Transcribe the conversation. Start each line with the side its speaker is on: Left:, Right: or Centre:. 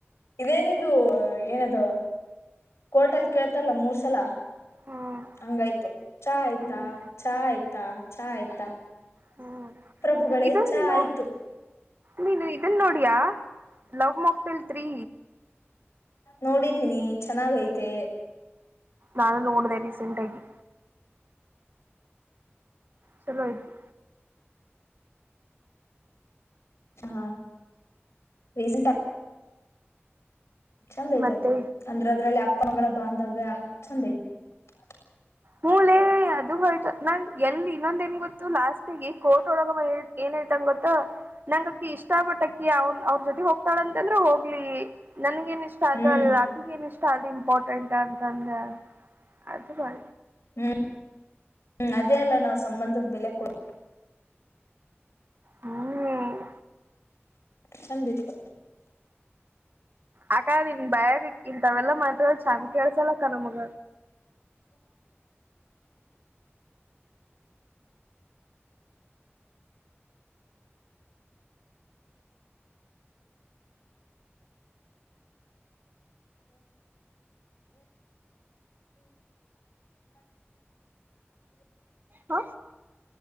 Left: ಇದೇನಿದು ಏನದು ಕೋಟಲ್ ಕೇಳ್ತಾರಲ್ಲ ಮೂರ್ ಸಲ
Right: ಹ್ಮ್
Left: ಹಂಗಾಯ್ತು ಚಾ ಆಯ್ತಾ
Right: ಹ್ಮ್ ಹ್ಮ್
Left: ಚಾ ಆಯ್ತಾ ಚಾ ಆಯ್ತಾ
Right: ಹ್ಮ್
Left: ಪ್ರಭುಗಳೇ
Right: ಇದನ್
Left: ಚಾ
Right: ನೀನು
Left: ಆಯ್ತು
Right: ನೀನು ಇದನ್ ನೋಡಿಯ ಲವ್ ಮಕ್ಟೆಲ್ ತ್ರೀ
Left: ನೋಡಿದ್ದೀನಿ ಚೆನ್ನಾಗೈತೆ
Right: ನಾನು ನೋಡಿದೆೇ ರೀ ಸೆಂಟಗಿ ಚಲೋ ಆಯ್ತು
Left: ಹಾ ರಸಂ ಚಂದ್ ಐತದ
Right: ಮತ್ತೆ
Left: ಅಂದ್ರೆ ಅದ್ರಲ್ಲಿ ಅಪ್ಪ ಮಗಳ ಬಾಂಧವ್ಯ ಚಂದ ಐತ ಹ
Right: ಮೂಲ ಅದು ಹೊ ನ ಎಲ್ಲಿ ಇನ್ನೊಂದ ನ್ ಗೊತ್ತು ಲಾಸ್ಟಗೆ ಕೋರ್ಟ್ ಒಳಗ ಏನ್ ಹೇಳ್ತಂಗ ಗೊತ್ತ ನಂಗಕ್ಕ ಇಷ್ಟ ಪಟ್ಟ ಅವನ್ ಅವ್ರ ಜೊತೆಗೆ ಹೋಗ್ತಾಳಂತಂದ್ರ ಹೋಗ್ಲಿ ನನಗ ಏನ ಇಷ್ಟ
Left: ಹ್ಮ್
Right: ಅದು ಅಲ್ಲ ಆಕಗ ಏನಿಷ್ಟ ಅದು ಇಂಪಾರ್ಟೆಂಟ್ ಅಂತಂದೆ ಅದು ಮ
Left: ಹ್ಮ್ ಹ್ಮ್ ಅದೇ ಅಲ್ಲ ನಾವ್ ಸಂಬಂಧದ ಬೆಲೆ ಕೊಟ್ಟು
Right: ಹ್ಮ್
Left: ಸಂದಿಿತ
Right: ಆಕ ಬಯಾಗ ಇಂತ ತವೆೆಲ್ಲಾ ಮಾತ್ರ ಚಂದ ಕೇಳ್ಸಲಕ್ಕ ನಮಗ ಹಾ